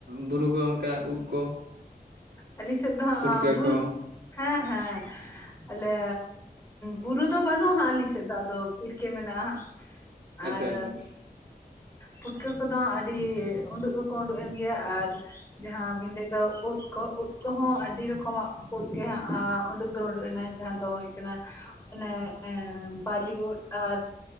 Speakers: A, on the right (about 80°); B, on the left (about 20°).
A: ᱵᱩᱨᱩ ᱠᱚ ᱚᱱᱠᱟ ᱩᱫ ᱠᱚ
B: ᱟᱹᱞᱤᱧ ᱥᱮᱫ ᱫᱚ ᱦᱟᱸᱜ
A: ᱯᱩᱴᱠᱟᱹ
B: ᱵᱩᱨᱩ
A: ᱠᱚ
B: ᱦᱮᱸ ᱦᱮᱸ ᱟᱞᱮ ᱵᱩᱨᱩ ᱫᱚ ᱵᱟᱹᱱᱩᱜᱼᱟ ᱦᱟᱸᱜᱹᱞᱤᱧ ᱥᱮᱫ ᱫᱚ ᱟᱫᱚ ᱵᱤᱨ ᱜᱮ ᱢᱮᱱᱟᱜᱼᱟ ᱦᱟᱸᱜ ᱾
A: ᱟᱪᱪᱷᱟ
B: ᱟᱨ
A: ᱟᱪᱪᱷᱟ
B: ᱯᱩᱴᱠᱟᱹ ᱠᱚᱫᱚ ᱟᱹᱰᱤ ᱩᱰᱩᱠ ᱫᱚᱠᱚ ᱩᱰᱩᱠ ᱮᱱ ᱜᱮᱭᱟ ᱟᱨ ᱡᱟᱦᱟᱸ ᱵᱤᱱ ᱞᱟᱹᱭᱮᱫᱚ ᱩᱫ ᱠᱚ ᱩᱫ ᱠᱚᱦᱚᱸ ᱟᱹᱰᱤ ᱨᱚᱠᱚᱢᱟᱜ ᱩᱫ ᱜᱮ ᱦᱟᱸᱜ ᱩᱰᱩᱠ ᱫᱚ ᱩᱰᱩᱠ ᱮᱱᱟ ᱡᱟᱦᱟᱸ ᱫᱚ ᱦᱩᱭᱩᱜ ᱠᱟᱱᱟ ᱟᱱᱮ ᱮᱸ ᱵᱟᱞᱤ ᱩᱫ ᱟᱨ